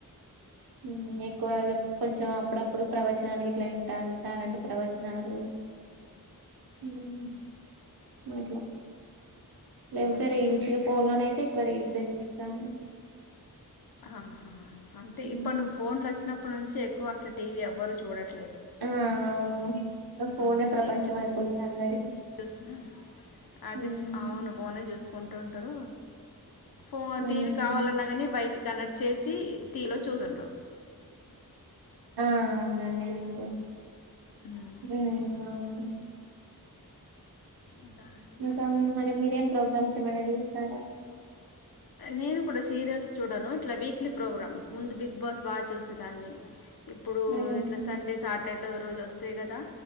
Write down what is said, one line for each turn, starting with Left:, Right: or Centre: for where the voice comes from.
Right: ఉ ఎక్కువగా కొంచెం అప్పుడప్పుడు ప్రవచనాలు గిట్ల వింటాను చాగంటి ప్రవచనాలు ఉ హు అయిపో లేకపోతే
Left: అవునా?
Right: రియల్ సే ఫోన్ లోనే అయితే ఎక్కువ రియల్ సే చూస్తాను
Left: ఆహా అంటే
Right: మ్మ్.
Left: ఇప్పుడు నువ్వు ఫోన్లు వచ్చినప్పటి నుంచి ఎక్కువ అస్తలు టీవీ ఎవ్వరు చూడట్లే
Right: ఆ అవును ఫోనే
Left: అవునా?
Right: ప్రపంచం
Left: టీవీ
Right: అయిపోయింది అందరికి
Left: చూసిన అది
Right: మ్మ్.
Left: అవును ఫోనే చూసుకుంటుంటారు ఫోన్
Right: మ్మ్.
Left: టీవీ కావాలన్నా కాని వైఫ్ కనెక్ట్ చేసి టీవీలో చూస్తుండు
Right: ఆ అవునండి ఉంది
Left: ఉమ్.
Right: ఊ అవును
Left: ఇంకా
Right: ఇంకా మరి మీరేం ప్రోగ్రామ్స్ ఏమైనా చూస్తారా
Left: నేను కూడా సీరియల్స్ చూడను ఇట్లా వీక్లీ ప్రోగ్రామ్ ముందు బిగ్ బాస్ బాగా చూసేదాన్ని ఇప్పుడు
Right: మ్మ్.
Left: ఇట్లా సండే సాటర్డే రోజు వస్తాయి కదా